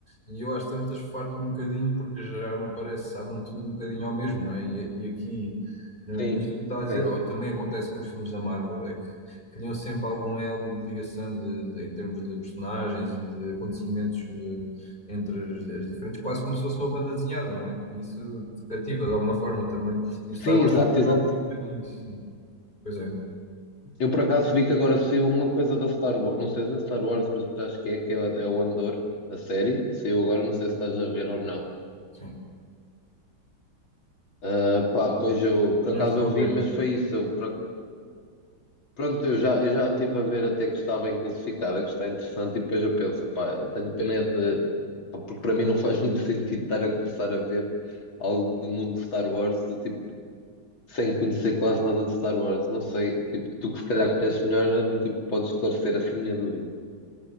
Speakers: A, on the left; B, on the left.
A: e eu às tantas farto-me um bocadinho porque já me parece, sabe-me tudo um bocadinho ao mesmo, não é? E, e aqui, n-
B: Sim,
A: nisto que eu estava a dizer,
B: sim.
A: ou também acontece com os filmes da Marvel, é que criam sempre algum elo de ligação de, de- em termos de personagens e de acontecimentos. eh, entre as, as diferentes, quase como se fosse uma banda desenhada, não é? E isso te cativa de alguma forma também. E o Star
B: Sim,
A: Wars
B: exato,
A: também
B: exato.
A: acaba por ter feito nisso, sim. Pois é,
B: Eu por acaso vi que agora saiu uma coisa da Star Wars, não sei se é Star Wars, mas acho que é, que é, é o Andor, a série. Saiu agora, não sei se estás a ver ou não.
A: sim.
B: Ah, pá, pois eu, por
A: Não
B: acaso
A: estou
B: eu
A: a
B: vi,
A: ver.
B: mas foi isso. Eu, por- Pronto, eu já, eu já estive a ver até que está bem classificada, que está interessante, e depois eu penso, pá, eu tenho pena é de. pá, Porque para mim não <laughs> faz muito sentido estar a começar a ver algo do mundo de Star Wars, do tipo, sem conhecer quase nada de Star Wars. Não sei, tipo, tu que se calhar conheces melhor, é do tipo, podes esclarecer essa minha dúvida.